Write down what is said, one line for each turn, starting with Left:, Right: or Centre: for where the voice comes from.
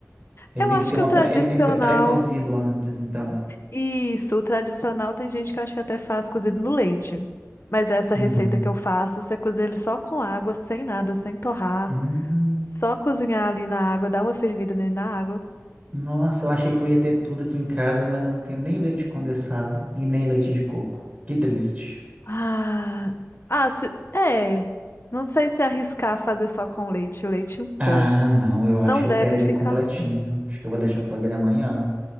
Right: Ele
Left: Eu
Right: tem
Left: acho
Right: que ter uma,
Left: que o tradicional.
Right: pré- ele tem que ser pré-cozido antes, então.
Left: Isso, o tradicional tem gente que acha que até faz cozido no leite. Mas essa
Right: Uhum.
Left: receita que eu faço, você cozinha ele só com água, sem nada, sem torrar.
Right: Hum.
Left: Só cozinhar ali na água, dar uma fervida nele na água.
Right: Nossa, eu achei que eu ia ter tudo aqui em casa, mas eu não tenho nem leite condensado e nem leite de coco. Que triste.
Left: Ah, ah, se- é. Não sei se arriscar fazer só com leite, o leite em pó.
Right: Ah, não, eu acho
Left: Não
Right: que
Left: deve
Right: eu quero ele
Left: ficar
Right: completinho.
Left: ruim.
Right: Acho que eu vou deixar pra fazer ele amanhã.